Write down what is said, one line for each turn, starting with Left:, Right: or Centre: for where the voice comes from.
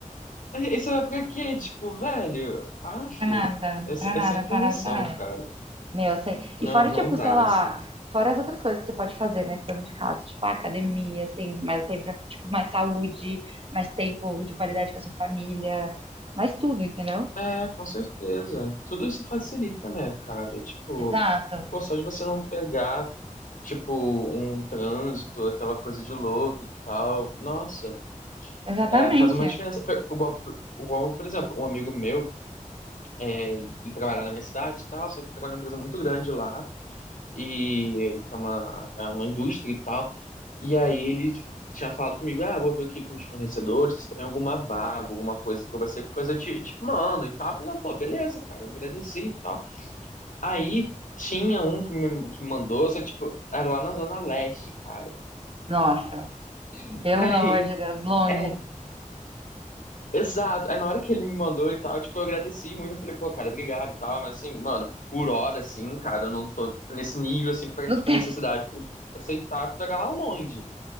Left: Aí Isso é pra quê? Tipo, velho, af,
Right: pra nada,
Left: é, se-
Right: pra nada,
Left: é sem condição,
Right: pra nada, pra nada.
Left: cara.
Right: Meu, assim.
Left: Não,
Right: E fora,
Left: não
Right: tipo,
Left: dá,
Right: sei lá,
Left: assim.
Right: fora as outras coisas que você pode fazer, né, estando de casa. Tipo, ah, academia, assim, mais tempo pra, tipo, mais saúde, mais tempo de qualidade com a sua família, mais tudo, entendeu?
Left: É, com certeza. Tudo isso facilita, né, cara? Tipo,
Right: Exato,
Left: pô, só de você não pegar, tipo, um trânsito, aquela coisa de louco e tal. Nossa,
Right: exatamente.
Left: é, faz uma diferença. Foi Igual, igual, por exemplo, um amigo meu, é, ele trabalha na minha cidade e tal, só que trabalha numa empresa muito grande lá. e que é uma, é uma indústria e tal. E aí ele tinha falado comigo, ah, vou ver aqui com os fornecedores, se tem alguma vaga, alguma coisa que vai ser coisa, eu te, te mando e tal. Eu falei, "Ah, pô, beleza, cara, agradeci e tal. Aí tinha um que me que mandou, só que, tipo, era lá na Zona Leste, cara.
Right: Nossa,
Left: <laughs>
Right: pelo
Left: Aí,
Right: amor de Deus, longe.
Left: é, exato. Aí na hora que ele me mandou e tal, tipo, eu agradeci muito, eu falei, pô, cara, obrigado e tal, mas assim, mano, por hora, assim, cara, eu não tô, tipo, nesse nível, assim, pra,
Right: Não
Left: tipo,
Right: tem.
Left: necessidade, pra aceitar pegar lá longe.